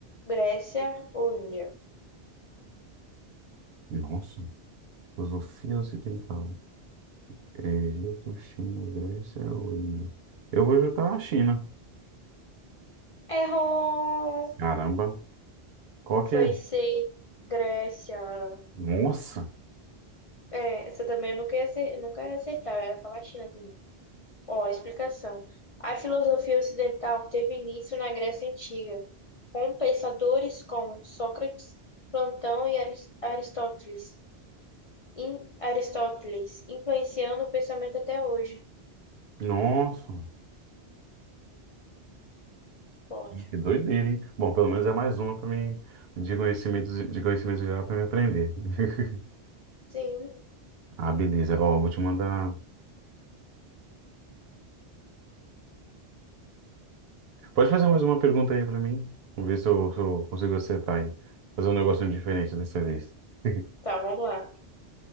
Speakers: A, on the left; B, on the right.
A: Grécia ou Índia?
B: Nossa, filosofia ocidental. É, Egito, China, Grécia ou Índia? Eu vou juntar a China.
A: Errou!
B: Caramba, qual que
A: Foi
B: é?
A: ser Grécia.
B: Nossa,
A: É, essa também eu nunca ia, acer- eu nunca ia acertar, eu ia falar China também. Ó, explicação. A filosofia ocidental teve início na Grécia Antiga, com pensadores como Sócrates, Platão e Aris- Aristóteles, Em- Aristóteles, influenciando o pensamento até hoje.
B: nossa.
A: Forte.
B: Que doideira, hein? Bom, pelo menos é mais uma para mim de conhecimento de conhecimento geral para me aprender. <laughs>
A: Sim.
B: Ah, beleza. Ó, vou te mandar. Pode fazer mais uma pergunta aí para mim? Vamos ver se eu, se eu consigo acertar aí. Fazer um negocinho diferente dessa vez. <laughs>
A: Tá, vamos lá.